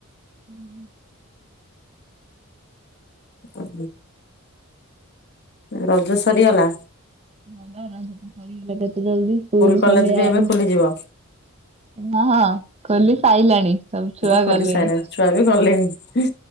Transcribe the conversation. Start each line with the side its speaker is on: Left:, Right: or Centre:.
Right: ହୁଁ।
Left: ଓ ରଜ ସରିଗଲା।
Right: ଭଲ ରଜଟା ସରିଗଲା। ଜଲଦି ସ୍କୁଲ
Left: କଲେଜ
Right: ଖୋଲିଲାଣି
Left: ବି ଏବେ ଖୋଲିଯିବ
Right: ହଁ ହଁ ଖୋଲି ସାଇଲାଣି ସବୁ ଛୁଆ
Left: ଖୋଲି
Right: ଗଲେଣି।
Left: ସାଇଲାଣି ଛୁଆ ବି ଗଲେଣି।